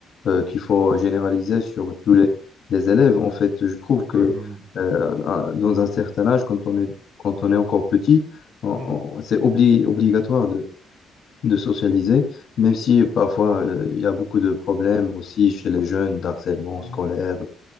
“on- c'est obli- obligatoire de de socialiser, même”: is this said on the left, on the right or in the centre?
Left